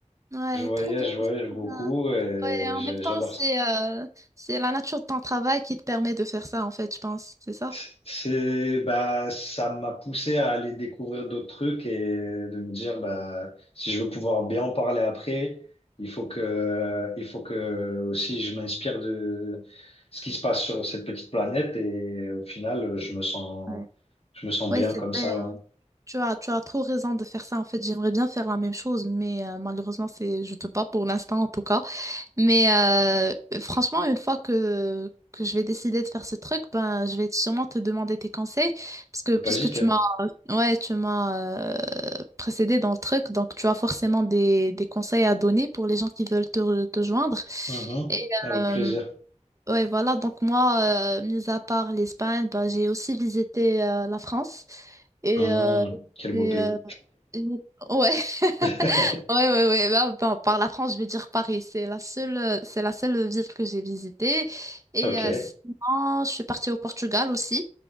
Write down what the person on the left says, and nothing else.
Je voyage,
je voyage
beaucoup,
et
j'ai-
j'adore
ça.
C'est, c'est- bah, ça m'a poussé à aller découvrir d'autres trucs et de me dire, bah, si je veux pouvoir bien en parler après, il faut que, il faut que aussi je m'inspire de ce qui se passe sur cette petite planète et au final, je me sens,
je me sens
bien
comme ça.
Faut
pas hésiter.
Mhm.
Avec
plaisir.
Hum,
quel
beau pays.
<laughs>
Ok.